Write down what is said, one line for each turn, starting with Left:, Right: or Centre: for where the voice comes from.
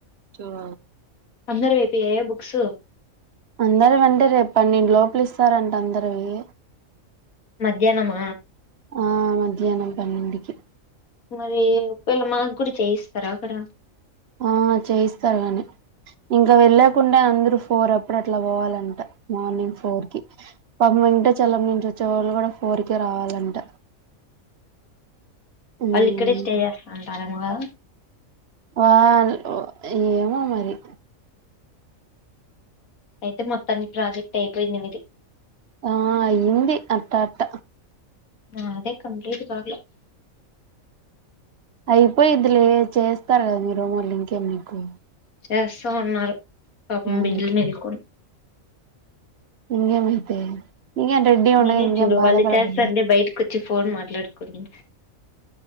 Right: స
Left: అందరు అైపో్యాయా బుక్స్
Right: అందర అండి రేపు పన్నెండు లోపలి ఇస్తారంటే అందరవి
Left: మధ్యాహ్నమా
Right: ఆ మధ్యాహ్నం పన్నెంటికి
Left: మరి ఒకవేళ్ళ మాకు గు చేయిస్తారుా అక్కడ
Right: ఆ చేయిస్తారు కానీ ఇంకా వెళ్లేకుండా అందరుూ ఫోర్ ఎప్పుడు అట్లా పోవాలంట మార్నింగ్ ఫోర్ కి పా ఇంట చల్లం నుంచి వచ్చే వాళ్ళు కూడా ఫోర్ కి రావాలంట మ్మ్
Left: వాళ్ళు ఇక్కడే స్టే చేస్తాంటారాకా
Right: వా ఏమో మరి
Left: అయితే మొత్తాన్ని ప్రాజెక్ట్ అయిపోయిందిమిది
Right: ఆ హిందీ అట్ట అట్ట
Left: ఆ అదే కంప్లీట్ కా
Right: అయిపోయి ఇందులో చేస్తారు కదా మీరు మళ్ళీ ఇంకేం నీకు
Left: చేస్తామన్నారు పాపం
Right: ఆ
Left: బిడ్లు మలుకొని
Right: ఇంగేమ అైతే ఇ రెడ్ీ ఉండ
Left: నేనే
Right: ఇం
Left: చూడు
Right: బాధ
Left: వాళ్ళు
Right: పడ
Left: చేస్తాంటే
Right: పో
Left: బయటకు వచ్చి ఫోన్ మాట్లాడుకుని